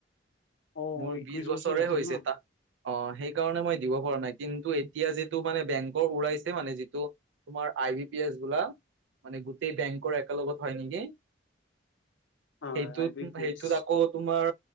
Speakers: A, on the left; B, on the right.
A: অ
B: মোৰ
A: একৈশ
B: বিশ বছৰে
A: বছৰ লাগিছিল
B: হৈছে
A: ন
B: তাক অ', সেইকাৰণে মই দিব পৰা নাই। কিন্তু এতিয়া যিটো মানে বেংকৰ উৰাইছে মানে যিটো তোমাৰ আই পি এছ বোলা মানে গোটেই বেংকৰ একে লগত হয় নেকি।
A: হয়
B: সেইটোত
A: আই বি পি
B: সেইটোত
A: এছ
B: আকৌ তোমাৰ